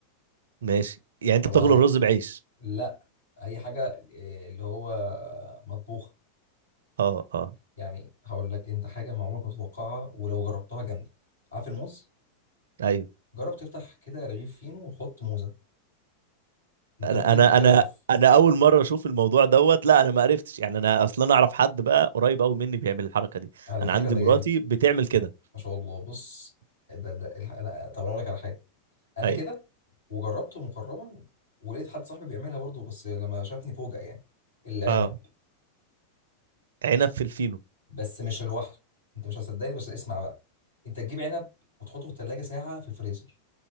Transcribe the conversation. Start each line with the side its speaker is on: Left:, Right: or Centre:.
Right: ماشي يعني انت
Left: طب
Right: بتاكل الرز بعيش
Left: لا اي حاجه إيه، اللي هو مطبوخه
Right: اه اه
Left: يعني هقول لك انت حاجه ما عمرك ما تتوقعها ولو جربتها جامده عارف الموز
Right: ايوه
Left: جرب تفتح كده رغيف فينو وحط موزه انت
Right: انا
Left: ممكن
Right: انا
Left: تقرف
Right: انا انا اول مره اشوف الموضوع دوت لا انا ما عرفتش يعني انا اصلا اعرف حد بقى قريب قوي مني بيعمل الحركه دي
Left: على
Right: انا
Left: فكره
Right: عندي
Left: ده
Right: مراتي
Left: جامد
Right: بتعمل كده
Left: ما شاء الله بص ده ده الح- انا طب انا اقول لك على حاجه انا
Right: ايوه
Left: كده وجربته مقربا ولقيت حد صاحبي بيعملها برضه بس لما شافني فوجئ يعني العنب
Right: اه عنب في الفينو
Left: بس مش لوحده انت مش هتصدقني بس اسمع بقى انت تجيب عنب وتحطه في الثلاجه ساعه في الفريزر